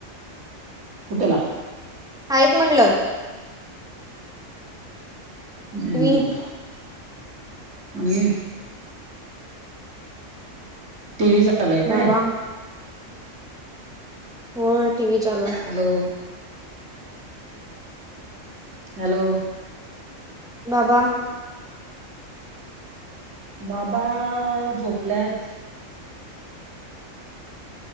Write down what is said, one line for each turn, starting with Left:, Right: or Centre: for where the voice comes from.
Right: कुठेला?
Centre: हायेत म्हणल.
Right: हम्म,
Centre: टीव्ही
Right: आणि टी व्ही चालूय काय?
Centre: बाबा हो टी व्ही चालू आहे.
Right: हॅलो हॅलो
Centre: बाबा
Right: बाबा झोपल्यात.